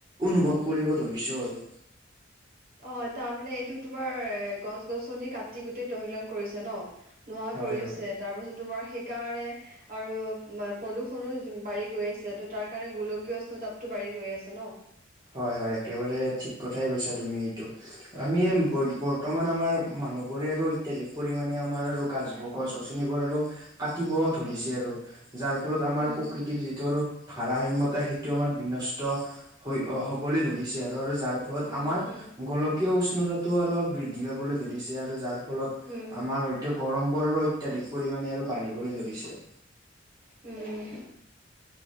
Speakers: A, on the right (about 20°); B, on the right (about 50°).
A: অনুভৱ কৰিব ধৰিছো আৰু।
B: অ তাৰমানে এইটো তোমাৰ এ গছ গছনি কাটি গোটেই তহিলং কৰিছে ন। নোহোৱা
A: হয়
B: কৰিছে
A: হয়
B: তাৰপাছত তোমাৰ সেইকাৰণে - আৰু প্ৰদূষণো বাঢ়ি গৈ আছে ত তাৰ কাৰণে গোলকীয় উষ্ণতাটো বাঢ়ি গৈ আছে ন।
A: হয় হয় একেবাৰে ঠিক কথাই কৈছা তুমি এইটো, আমি ব
B: উম।
A: বৰ্তমান - বৰ্তমান আমাৰ মানুহ বোৰে আৰু অত্যাধিক পৰিমমানে আমাৰ আৰু গাছ গছ গছনিবোৰ আৰু - কাটিব ধৰিছে আৰু। যাৰ ফলত আমাৰ
B: উম,
A: প্ৰকৃতিৰ যিটো আৰু ভাৰসাম্যতা সেইটো আমাৰ বিনষ্ট - অ হ'বলে ধৰিছে আৰু, আৰু যাৰ ফলত
B: উম,
A: আমাৰ
B: উম,
A: গোল- কিয় উষ্ণতা টো আৰু বৃদ্ধি পাবলৈ ধৰিছে আৰু যাৰ ফলত
B: উম,
A: আমাৰ ঐ - টো গৰম পৰাৰো অত্যাধিক পৰিমাণে আৰু বাঢ়িবলৈ ধৰিছে।
B: উম।